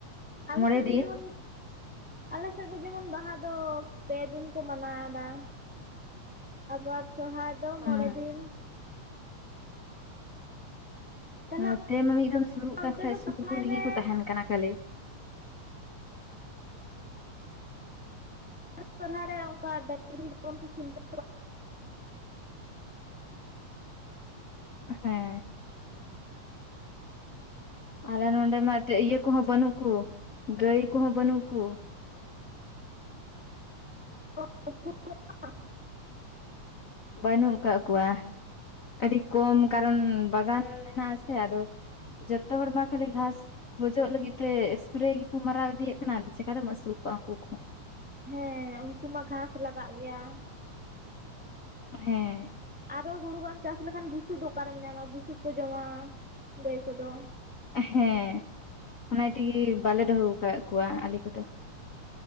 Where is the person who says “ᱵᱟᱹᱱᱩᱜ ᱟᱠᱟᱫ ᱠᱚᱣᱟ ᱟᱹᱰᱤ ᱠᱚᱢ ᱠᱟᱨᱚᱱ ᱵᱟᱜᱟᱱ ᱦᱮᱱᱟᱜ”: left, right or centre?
Left